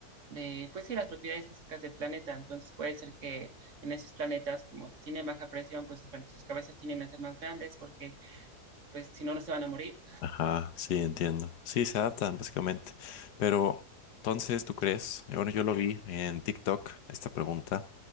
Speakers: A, on the right; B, on the left.
A: de, pues sí, las propiedades físicas del planeta. Entonces puede ser que en esos planetas, como tienen baja presión, pues sus, plan- sus cabezas tienen a ser más grandes porque, pues si no, no se van a morir.
B: Ajá, sí, entiendo. Sí, se adaptan básicamente. Pero entonces, ¿tú crees? Eh, Bueno, yo lo vi en TikTok, esta pregunta